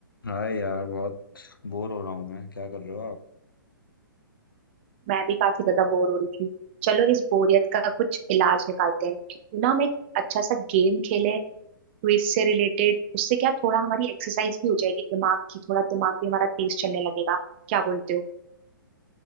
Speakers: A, on the left; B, on the right.
A: हाँ यार बहुत बोर हो रहा हूँ मैं क्या कर रहे हो आप
B: मैं भी काफी ज्यादा बोर हो रही थी चलो इस बोरियत का कुछ इलाज निकालते हैं क्यों ना हम एक अच्छा सा गेम खेलें क्विज से रिलेटेड उससे क्या थोड़ा हमारी एक्सरसाइज भी हो जाएगी दिमाग की थोड़ा दिमाग भी हमारा तेज चलने लगेगा क्या बोलते हो